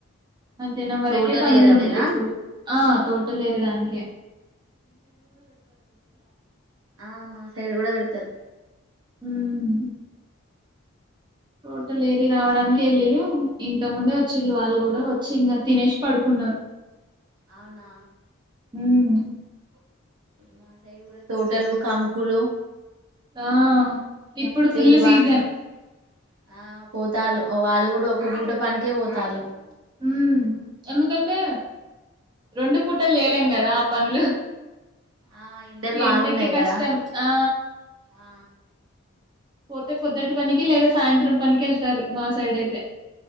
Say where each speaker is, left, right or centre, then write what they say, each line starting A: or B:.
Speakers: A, on the right; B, on the right.
A: మధ్యాహ్నం వరకే
B: తోటలేరానేనా
A: పనులు ఉంటాయ్ ఇప్పుడు ఆ తోటలేయడానికే
B: ఆ మా సైడ్ కూడా కడతరు
A: ఉమ్ తోటల్ ఏరీ రావడానికి యెళ్ళిళ్ళు ఇంత ముందే వచ్చిళ్ళు వాళ్ళు గూడా వచ్చి ఇంకా తినేసి పడుకున్నారు
B: అవునా
A: ఉమ్
B: మా సైడ్ గూడా తోటలు కంకులు
A: ఆ
B: కంకులు
A: ఇప్పుడు ఫుల్
B: ఇరువా
A: సీజన్
B: తోట ఆ పోతాళ్ళు వాళ్ళు గూడా ఒక్క పూట పనికే పోతాళ్ళు
A: ఉమ్ ఎందుకంటే రెండు పూటలు జేయలేం గదా ఆ పనులు
B: ఆ ఎండలు
A: ఈ
B: బాగున్నాయి
A: ఎండకి కష్టం
B: కదా
A: ఆ
B: ఆ
A: పోతే పొద్దటి పనికి లేదా సాయంత్రం పనికి వెళ్తారు మా సైడ్ అయితే